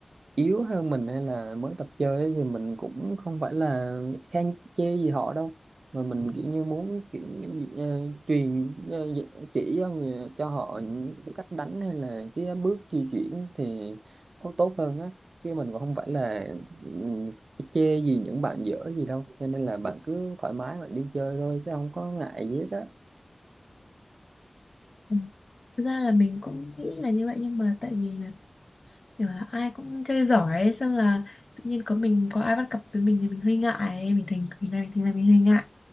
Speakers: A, on the right; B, on the left.
A: yếu hơn mình hay là mới tập chơi ấy, thì mình cũng không phải là khen chê gì họ đâu mà mình kiểu như muốn kiểu gì- ờ, truyền ờ, chỉ cho người cho họ những cách đánh hay là cái bước di chuyển thì tốt tốt hơn á chứ mình cũng không phải là ừ, chê gì những bạn dở gì đâu cho nên là bạn cứ thoải mái bạn đi chơi thôi chứ không có ngại gì hết á
B: ừ, thực ra là mình cũng nghĩ là như vậy nhưng mà tại vì là kiểu là ai cũng chơi giỏi ấy, xong là tự nhiên có mình có ai bắt cặp với mình thì mình hơi ngại ấy. mình thành mình ra mình thành ra mình hơi ngại